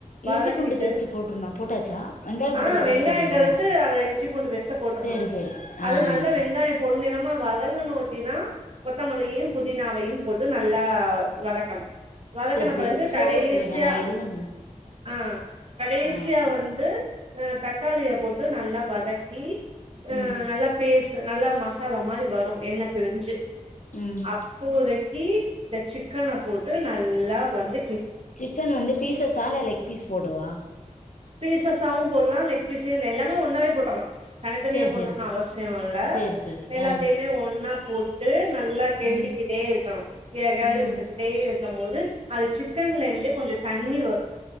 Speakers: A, on the right; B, on the left.
A: வதக்கிட்டு
B: இஞ்சி பூண்டு பேஸ்ட் போட்ருனு போட்டாச்சா வெங்காயம் போட்டதுக்கு
A: ஆ
B: அப்புறம்
A: வெங்காயங்
B: போடணுமோ
A: கடத்து அத இஞ்சி பூண்டு பேஸ்ட்ட போட்டர்ணு
B: சேரி சேரி ஆ
A: அது
B: ஆ
A: நல்லா
B: சேரி
A: வெங்காயோ பொன் நிறமா வதங்கண ஒட்டிதா கொத்தமல்லியையு புதினாவையு போட்டு நல்லா வதக்கனு வதக்கன
B: சேரி சேரி
A: பிறகு
B: ஸ்லோவா
A: கடேசியா
B: சொல்லுங்க நா எழுதணு
A: ஆ கடேசியா
B: ஆ
A: வந்து அ தக்காளிய போட்டு நல்லா வதக்கி அ
B: ம்
A: நல்லா பேஸ் நல்லா மசாலா மாரி வரோ எண்ண பிரிஞ்சு
B: ம்
A: அப்போதக்கி இந்த சிக்கன போட்டு நல் ல்லா வந்து
B: சிக்கன் வந்து பீஸஸா இல்ல லெக் பீஸ் போடவா
A: பீஸஸாவோ போடலா லெக் பீஸு எல்லாமே ஒன்னாவே போட்டர்லா தனிதனியா
B: சேரி
A: போடனோன்னு
B: சேரி
A: அவசியோல்ல
B: சேரி சேரி
A: எல்லாத்தையுமே
B: ஆ
A: ஒன்னாப் போட்டு நல்லா கெண்டிக்கிட்டே
B: ம்
A: இருக்கணோ கி கெளரி
B: ம்
A: வுட்டுக்கிட்டே இர் க மோது அது சிக்கன்லேந்து கொஞ்சோ தண்ணி வரோ